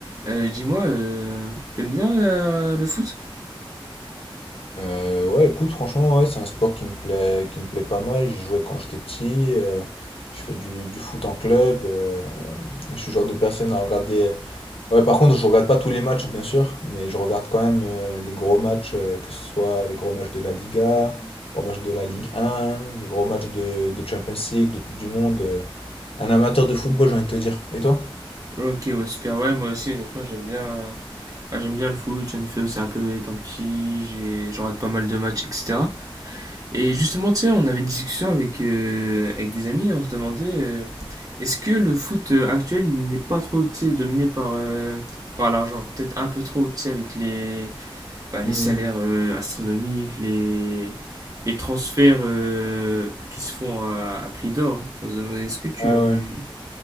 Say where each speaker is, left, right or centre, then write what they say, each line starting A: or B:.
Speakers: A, on the right; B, on the left.
A: Euh, Dis-moi, euh, t'aimes bien euh, le foot?
B: Euh, ouais, écoute, franchement, ouais, c'est un sport qui me plaît, qui me plaît pas mal. J'y jouais quand j'étais petit. euh, je fais du, du foot en club. euh, je suis le genre de personne à regarder. euh, Ouais, par contre, je regarde pas tous les matchs, bien sûr, mais je regarde quand même euh, les gros matchs, euh, que ce soit les gros matchs de la Liga, les gros matchs de la Ligue 1, les gros matchs de, de Champions League, de Coupe du Monde. euh, un amateur de football, j'ai envie de te dire. Et toi?
A: Ok, ouais, super. Ouais, moi aussi, honnêtement, j'aime bien. ouais, j'aime bien le foot. J'en ai fait aussi un peu étant petit. J'ai, j'en rate pas mal de matchs, etc. Et justement, tu sais, on avait une discussion avec, euh, avec des amis. On se demandait, euh, est-ce que le foot euh, actuel, il n'est pas trop, tu sais, dominé par, euh, par l'argent? Peut-être un peu trop, tu sais, avec les, bah,
B: Mhm.
A: les salaires euh, astronomiques, les, les transferts euh, qui se font à, à prix d'or. Est-ce que tu...
B: Ouais, ouais.